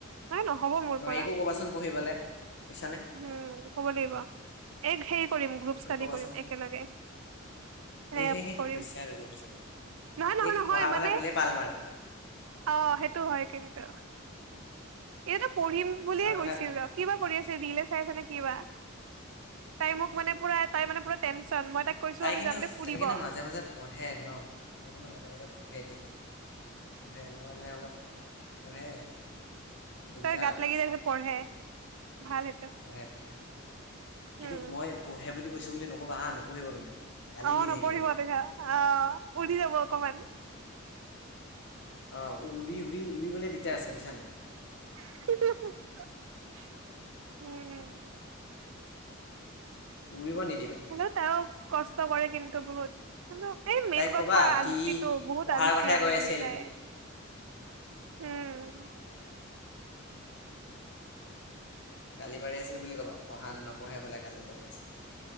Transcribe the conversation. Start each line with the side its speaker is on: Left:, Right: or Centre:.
Right: নাই নহব মোৰ
Left: নহয়
Right: পৰা,
Left: একো ক'বাচোন পঢ়িবলে বুজিছানে
Right: উম হবদে বা। এক হেৰি কৰিম গ্ৰুপ
Left: একো
Right: ষ্টাডি
Left: ক'বাচোন
Right: কৰিম একেলগে। নেপ
Left: এ হে হে
Right: কৰিম,
Left: হৈছে আৰু গ্ৰুপ ষ্টাডি
Right: নহয়
Left: এই
Right: নহয় নহয়
Left: পঢ়া কথা
Right: মানে
Left: ক'লে পাল মাৰে
Right: অ' সেইটো হয় কিন্তু, এইতো পঢ়িম বুলিয়ে
Left: পঢ়া কথা
Right: গৈছিল ৰ কিবা কৰি আছে ৰিলে চাই আছে নে কিবা, তাই মোক মানে পুৰা তাই মানে পুৰা টেনচন মই তাক কৈছো
Left: তাই
Right: আমি
Left: কিন্তু
Right: যাম দে ফুৰিব।
Left: তাই কিন্তু মাজে মাজে পঢ়ে ন তাই কিন্তু মাজে মাজে পঢ়ে দেই, পঢ়ে মই মানে অলপ পঢ়ে। ডেঞ্জাৰ
Right: তাৰ গাত লাগিযে পঢ়ে, ভাল সেইটো।
Left: পঢ়ে পঢ়ে, কিন্তু
Right: উম
Left: মই পঢ়ে বুলি কৈছোঁ বুলি নক'বা হা নপঢ়িব কিন্তু। গালি
Right: অ'
Left: দি
Right: নপঢ়িব
Left: থাকিবা এনি টাইম
Right: আহ উৰি যাব অকমান।
Left: অ' উৰি-উৰি-উৰি গ'লে দিগদাৰ আছে বুইছানে নাই।
Right: উম।
Left: উৰিব নিদিবা।
Right: হ'লেও তায়ো কষ্ট কৰে কিন্তু বহুত। কিন্তু এই
Left: তাইক
Right: মেইন
Left: কবা
Right: কথা
Left: কি
Right: আলচিটো
Left: ই
Right: বহুত
Left: পঢ়াৰ
Right: আলচি
Left: কথাই
Right: আমি
Left: কৈ আছিল
Right: দুইটাই। হুম।
Left: গালি পাৰি আছিল বুলি ক'বা, পঢ়া নপঢ়ে পেলাই গালি পাৰি আছিল।